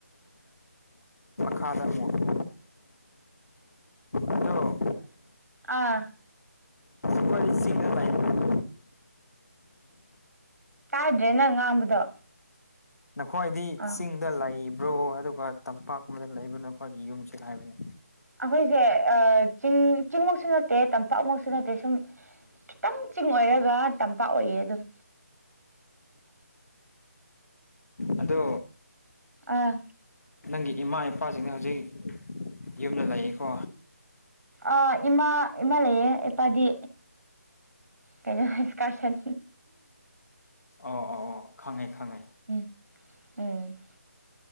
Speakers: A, on the left; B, on the right.
A: <unintelligible> ꯑꯗꯣ
B: ꯑꯥ
A: ꯑꯈꯣꯏꯗꯤ ꯆꯤꯡꯗ <unintelligible>
B: ꯇꯥꯗ꯭ꯔꯦ ꯅꯪ ꯉꯥꯡꯕꯗꯣ
A: ꯅꯈꯣꯏꯗꯤ
B: ꯑꯥ
A: ꯆꯤꯡꯗ ꯂꯩꯕ꯭ꯔꯣ ꯑꯗꯨꯒ ꯇꯝꯄꯥꯛ ꯀꯨꯝꯕꯗ ꯂꯩꯕ꯭ꯔꯣ ꯅꯈꯣꯏꯒꯤ ꯌꯨꯝꯁꯤ ꯀꯥꯏꯋꯥꯏ
B: ꯑꯈꯣꯏꯁꯦ ꯑꯥ ꯆꯤꯡ ꯆꯤꯡꯃꯛꯁꯨ ꯅꯠꯇꯦ ꯇꯝꯄꯥꯛꯃꯛꯁꯨ ꯅꯠꯇꯦ ꯁꯨꯝ ꯈꯤꯇꯪ ꯆꯤꯡ ꯑꯣꯏꯔꯒ ꯇꯝꯄꯥꯛ ꯑꯣꯏꯌꯦ ꯑꯗꯨꯝ
A: ꯑꯗꯣ
B: ꯑꯥ
A: ꯅꯪꯒꯤ ꯏꯃꯥ ꯏꯄꯥꯁꯤꯡꯅ ꯍꯧꯖꯤꯛ ꯌꯨꯝꯗ ꯂꯩꯌꯦꯀꯣ
B: ꯑꯥ ꯏꯃꯥ ꯏꯃꯥ ꯂꯩꯌꯦ ꯏꯄꯥꯗꯤ ꯀꯩꯅꯣ ꯏꯁꯀꯥꯔꯁꯟ
A: ꯑꯧꯣꯑꯣ ꯑꯣ ꯈꯪꯉꯦ ꯈꯪꯉꯦ
B: ꯎꯝ ꯎꯝ